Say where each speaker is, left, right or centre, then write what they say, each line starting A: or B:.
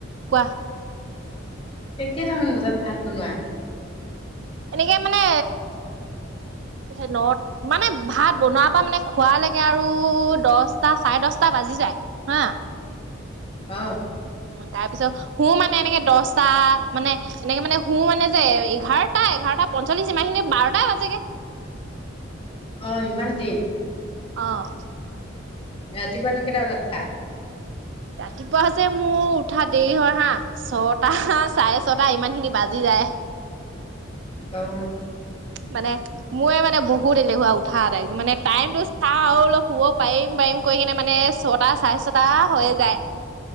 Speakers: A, on the right; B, on the left.
A: কোৱা?
B: এই কেইটামান বজাত ভাত বনোৱা?
A: এনেকে মানে সেই ন মানে ভাত বনোৱাৰ পৰা মানে খোৱালৈকে আৰু দছটা চাৰে দছটা বাজি যায়। হা।
B: অহ'।
A: তাৰ পিছত শুও মানে এনেকে দহটা মানে- এনেকে মানে শুও মানে যে এঘাৰটা, এঘাৰটা পঞ্চল্লিছ ইমানখিনি বাৰটাই বাজেগে।
B: অহ' ইমান দেৰিত।
A: অঁ'।
B: ৰাতিপুৱা নো কেইটা বজাত উঠা?
A: ৰাতিপুৱা হৈছে মোৰ উঠা দেৰি হয় হা। ছটা চাৰে ছটা ইমান খিনি বাজি যায়।
B: অহ'।
A: মানে- মই মানে বহুত এলেহুৱা উঠা টাইম মানে টাইমটো চাওঁ আৰু অলপ শুব পাৰিম পাৰিম কৰি কিনে মানে ছ ছটা চাৰে ছটা হৈয়ে যায়।